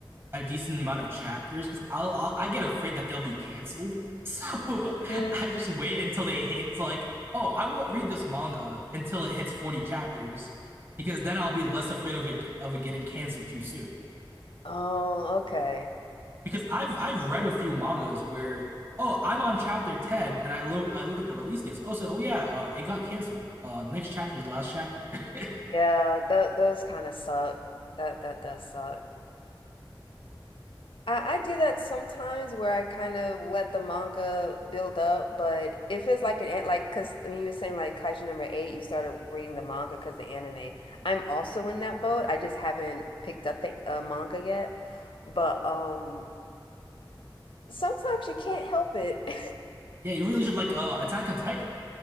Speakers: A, on the right (about 30°); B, on the left (about 80°).
A: a decent amount of chapters because I'll, I'll I get afraid that they'll be canceled. So
B: Mm.
A: <laughs> I just wait until they hit. It's like, oh, I won't read this manga until it hits 40 chapters because then I'll be less afraid of it of it getting canceled too soon.
B: Oh, okay.
A: Because I've I've read a few mangas where oh I'm on chapter 10 and I look I look at the release dates. Oh so oh yeah, uh, it got canceled. Uh, next chapter is the last chapter. <laughs>
B: Yeah, th those kind of suck. That that does suck. I, I do that sometimes where I kind of let the manga build up, but if it's like an an- like because when you were saying like Kaiju number eight, you started reading the manga because the anime. I'm also in that boat. I just haven't picked up the uh, manga yet, but um, sometimes you can't help it. <laughs>
A: Yeah, you really should like uh, Attack on Titan.